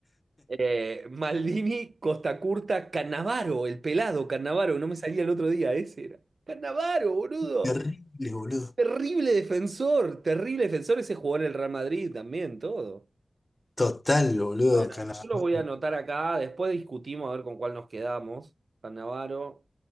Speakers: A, on the right; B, on the left.
A: Eh, Maldini, Costa Curta, Cannavaro, el pelado Cannavaro, no me salía el otro día, ese era. Cannavaro, boludo.
B: Terrible, boludo.
A: Terrible defensor, terrible defensor. Ese jugó en el Real Madrid también, todo.
B: Total, boludo.
A: Bueno,
B: Calamardo.
A: yo lo voy a anotar acá. Después discutimos a ver con cuál nos quedamos. Cannavaro